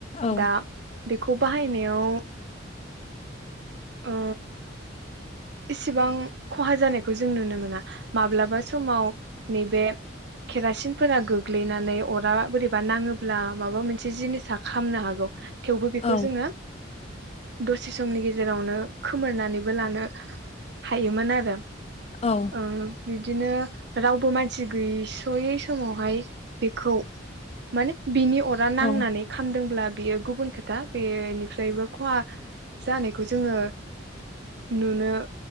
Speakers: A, on the left; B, on the right.
A: औ।
B: दा बेखौ बाहायनायाव ओ इसेबां खहा जानायखौ जों नुनो मोना माब्लाबा समाव नैबे केरासिनफोरा गोग्लैनानै अरा बोरैबा नाङोब्ला माबा मोनसे जिनिसा खामनो हागौ। थेवबो बेखौ
A: औ
B: जोङो दसे समनि गेजेरावनो खोमोरनानैबो लानो हायोमोन आरो।
A: औ
B: ओ बिदिनो रावबो मानसि गैयै स'यै समावहाय बेखौ माने बिनि अरा नांनानै
A: औ
B: खामदोंब्ला बेयो गुबुन खोथा बेनिफ्रायबो खहा जानायखौ जोङो नुनो